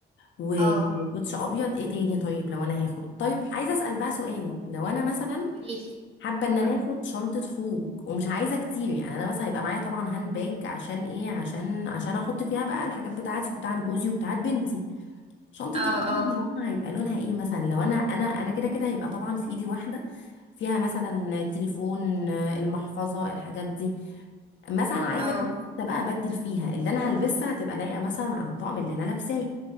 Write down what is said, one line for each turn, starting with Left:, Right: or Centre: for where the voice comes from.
Left: وكوتش
Right: اه
Left: أبيض ايه تاني طيب لو أنا هاخد طيب عايزة أسأل بقى سؤال لو أنا مثلا
Right: قوليلي
Left: حابة إن
Right: مم.
Left: أنا آخد شنطة خروج ومش عايزة كتير يعني أنا مثلا هيبقى معايا طبعا هاند باج عشان ايه عشان عشان أحط فيها بقى الحاجات بتاعتي وبتاعت جوزي وبتاعت بنتي شنطة
Right: اه
Left: الجروب
Right: اه
Left: يعني هيبقى لونها ايه مثلا لو انا انا انا كده كده هيبقى طبعا في ايدي واحدة فيها مثلا التليفون آه، المحفظة الحاجات دي مثلا عايزة
Right: اه
Left: اخد ده بقى ابدل فيها اللي انا هلبسها هتبقى لايقة مثلا على الطقم اللي انا لابساه